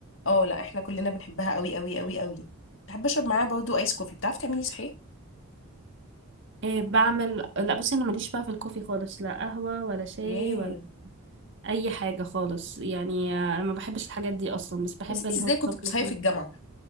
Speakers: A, on the left; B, on the right.
A: اه لا احنا كلنا بنحبها قوي قوي قوي قوي بحب اشرب معاها برضو ايس كوفي بتعرفي تعملي صحيح
B: آه، بعمل لا بصي أنا ماليش بقى في الكوفي خالص لا قهوة ولا شاي
A: ياه
B: ولا اي حاجه خالص يعني انا ما بحبش الحاجات دي اصلا بس بحب
A: يا ستي
B: الهوت
A: ازاي كنت
B: شوكليت
A: بتصحي
B: مثلا
A: في الجامعه